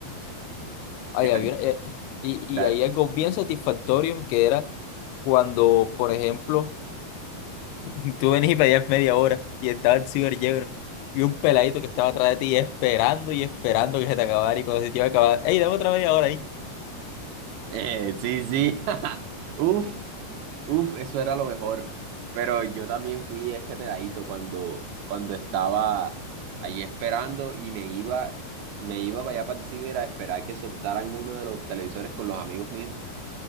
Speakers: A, on the left; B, on the right.
A: ay
B: Ya,
A: había, una- eh, y,
B: da-
A: y hay algo bien satisfactorio que era cuando, por ejemplo, <laughs> tú venís y pedías media hora y estaba el ciber lleno, y un peladito que estaba atrás de ti esperando y esperando que se te acabara y cuando se te iba a acabar, ¡Ey, dame otra media hora!
B: Eh, sí, sí. <laughs> Uf, uf, eso era lo mejor. Pero yo también fui ese pedadito cuando, cuando estaba ahí esperando y me iba, me iba para allá para el ciber a esperar que soltaran uno de los televisores con los amigos míos.